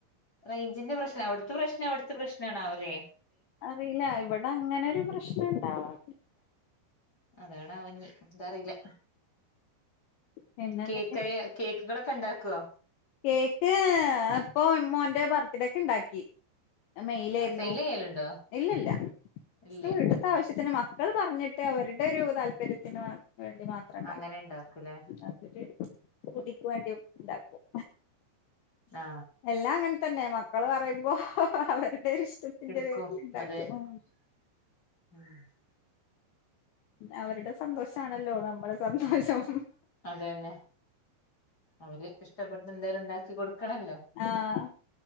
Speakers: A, on the left (about 25°); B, on the left (about 75°).
A: റേഞ്ചിന്റെ പ്രശ്നം അവിടുത്തെ പ്രശ്നം അവിടുത്തെ പ്രശ്ന ആണ അല്ലേ?
B: അറിയില്ല ഇവിടെ അങ്ങനെരു പ്രശ്നുണ്ടവണം.
A: അതാണ് അവങ്ങി എന്താ അറിയില്ല
B: പിന്നെ
A: കേക്കയ
B: എന്തൊക്കെ
A: കേക്കുകളൊക്കെ ഉണ്ടാക്കേ?
B: കേക്ക് അപ്പൊ മോന്റെ ബർത്ത്ഡേ ഒക്കെ ഉണ്ടാക്കി. മെയിലായിരുന്നു
A: ആ സെയിൽ ചെയ്യലുണ്ടോ
B: ഇല്ലല്ല
A: ഇല്ല
B: ഇ അടുത്ത
A: ആ
B: ആവശ്യത്തിന് മക്കൾ പറഞ്ഞിട്ട്. മ അവരുടെ ഒരു താല്പര്യത്തിന് വേണ്ടി മാത്രം
A: അങ്ങനെ ഉണ്ടാക്കൂലേ
B: അതൊരു കുതിക്ക് വേണ്ടി ഉണ്ടാക്കും
A: ആ
B: എല്ലാം അങ്ങനെ തന്നെ മക്കള് പറയുമ്പോ അവരുടെ ഒരു ഇഷ്ടത്തിന്റെ
A: എടുക്കും
B: പേരിൽ ഉണ്ടാക്കുണു.
A: അതെ <inaudible>
B: അവരുടെ സന്തോഷാണല്ലോ നമ്മളീം സന്തോഷം
A: അത തന്നെ അവര് ഇഷ്ടപ്പെടുന്ന എന്തേലും ഉണ്ടാക്കി കൊടുക്കണല്ല
B: ആഹ്